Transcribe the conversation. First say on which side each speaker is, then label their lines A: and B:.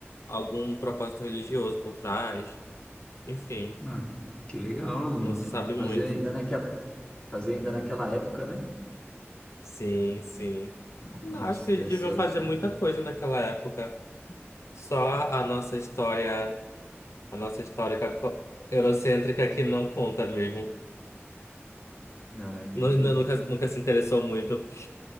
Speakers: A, on the left (about 80°); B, on the left (about 20°).
A: algum propósito religioso por trás. Enfim,
B: não. Que legal, mano.
A: não se sabe muito.
B: Fazer ainda naquela, fazer ainda naquela época, né?
A: Sim, sim.
B: Nossa,
A: Não, acho que eles
B: deve
A: deviam
B: ser algo
A: fazer
B: sobre.
A: muita coisa naquela época. Só a nossa história, a nossa história caco- eurocêntrica que não conta mesmo.
B: Ah, entendi.
A: Nu- nu- Nunca, nunca se interessou muito.